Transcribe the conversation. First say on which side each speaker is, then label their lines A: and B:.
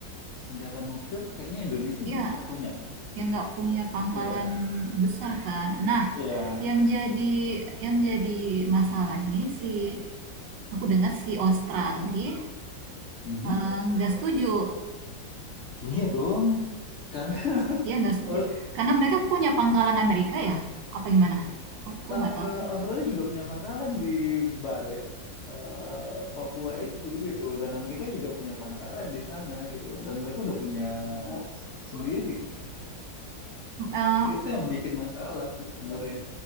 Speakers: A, on the left; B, on the right.
A: senjata nuklir, kayaknya Indonesia juga
B: ya,
A: nggak punya kan?
B: yang nggak punya pangkalan
A: Iya,
B: besar kan. Nah,
A: iya,
B: yang jadi yang jadi masalah ini si aku dengar si Australia
A: Mhm.
B: eh, nggak setuju,
A: Iya dong, karena <laughs>
B: ya nggak setuju.
A: Aus-
B: Karena mereka punya pangkalan Amerika ya, apa gimana? Aku
A: eh,
B: nggak tahu sih.
A: Australia juga punya pangkalan di balik eh, Papua itu gitu loh, dan Amerika juga punya pangkalan di sana gitu loh, dan mereka udah punya s- sendiri.
B: Eh,
A: Itu yang bikin masalah sih sebenarnya.